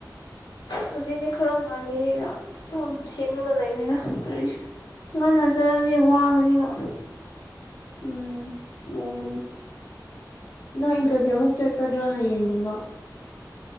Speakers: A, on the left; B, on the left.
A: ꯍꯧꯖꯤꯛꯁ ꯈꯔ ꯉꯜꯂꯤꯅ ꯁꯦꯝꯂꯒ ꯂꯩꯕꯅꯤꯅ ꯀꯔꯤꯁꯨ ꯉꯟꯅꯆꯠꯔꯗꯤ ꯋꯥꯒꯅꯦꯕ
B: ꯎꯝ ꯑꯣꯅꯤ ꯅꯪ ꯏꯟꯇꯔꯚꯤꯌꯨ ꯑꯃꯨꯛ ꯆꯠꯀꯗ꯭ꯔꯥ ꯍꯌꯦꯡꯒꯨꯝꯕ